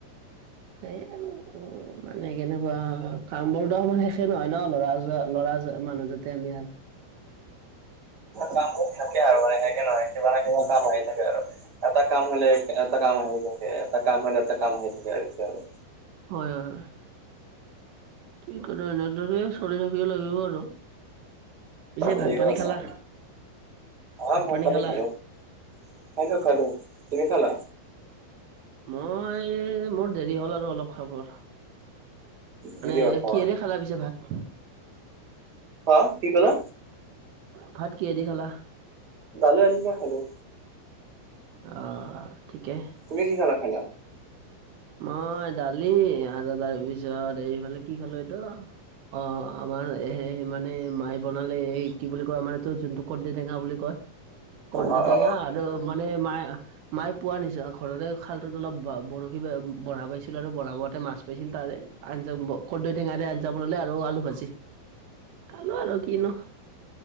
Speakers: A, on the right; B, on the right.
A: এই আৰু মানে কেনেকুৱা কামবোৰতো আমাৰ শেষে নহয় ন ল'ৰা যোৱা লৰা মানুহ যে- তেমিয়াল।
B: কামবোৰ থাকে আৰু মানে সেষে নহয় কিবা না কিবা
A: উম,
B: কাম আহি থাকে আৰু। এটা কাম হলে এটা কাম হৈ থাকে এটা কাম হলে এটা কাম হৈ থাকে আৰু।
A: হয় হয়। ঠিক এনেদৰে চলি থাকিবে লাগিব আৰু। পিছে ভাত
B: ঠিকে
A: পানী
B: কৈছা
A: খালা?
B: অ', ভাত
A: পানী
B: পানি
A: খালা
B: খালোঁ, খালোঁ, খালোঁ
A: অ
B: তুমি খালা?
A: মই মোৰ দেৰি হ'ল আৰু অলপ খাবৰ মানে
B: দিবি কথা
A: কি এৰে খালা পিছে ভাত।
B: অ', কি ক'লা?
A: ভাত কি কিহেদি খালা।
B: দালি আলু নাই খালোঁ।
A: অ', ঠিকে।
B: তুমি কি খেলা খালা?
A: মই দালি আৰু তাৰপিছত এইফালে কি খালোঁ এইটো অ আমাৰে মানে মাই বনালে এই কি বুলি কয় আমাৰ এইটো যোনটো কৰ্দে টেঙা বুলি কয়। কৰ্দে
B: অ
A: টেঙা
B: অ
A: আৰু মানে মায়ে, মায়ে পোৱা নিচিনা ঘৰতে খালটোত অলপ বৰশী বঢ়া পাইছিল আৰু বঢ়া বতে মাছ পাইছিল তাৰে আঞ্জা কৰ্দৈ টেঙা ৰে আঞ্জা বনালে আৰু আলু ভাজি।
B: <inaudible>
A: খালোঁ আৰু কিনো।